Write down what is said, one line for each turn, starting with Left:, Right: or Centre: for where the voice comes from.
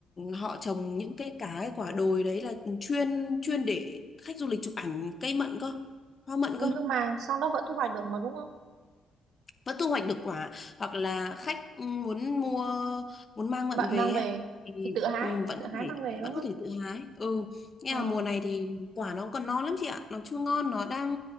Left: họ trồng những cái cái quả đồi đấy là chuyên chuyên để khách du lịch chụp ảnh cây mận cơ hoa mận
Right: Ừ,
Left: cơ
Right: nhưng mà sau đó vẫn thu hoạch được mà đúng không
Left: vẫn thu hoạch được quả hoặc là khách ừ, muốn mua muốn mang mận
Right: bạn
Left: về
Right: mang về
Left: ấy, thì
Right: thì tự hái
Left: ừ, vẫn
Right: tự
Left: có
Right: hái
Left: thể
Right: mang về đúng
Left: vẫn
Right: không
Left: có thể tự hái ừ nghe
Right: ờ.
Left: là mùa này thì quả nó còn non lắm chị ạ nó chưa ngon nó đang